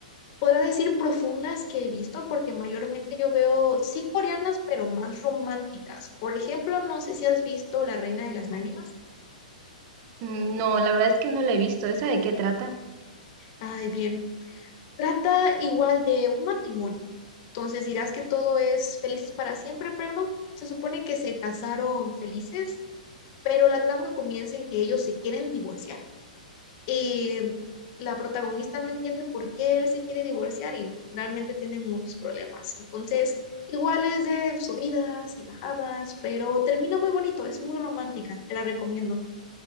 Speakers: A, on the left; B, on the right.
A: podría decir profundas que he visto, porque mayormente yo veo, sí, coreanas, pero más románticas. Por ejemplo, no sé si has visto La Reina de las Lágrimas.
B: Mm, No, la verdad es que no lo he visto. ¿Esa de qué trata?
A: Ay, bien, trata igual de un matrimonio. Entonces dirás que todo es felices para siempre, pero no, se supone que se casaron felices, pero la trama comienza en que ellos se quieren divorciar. Y la protagonista no entiende por qué él se quiere divorciar y realmente tiene muchos problemas. Entonces, igual es de subidas y bajadas, pero termina muy bonito, es muy romántica, te la recomiendo.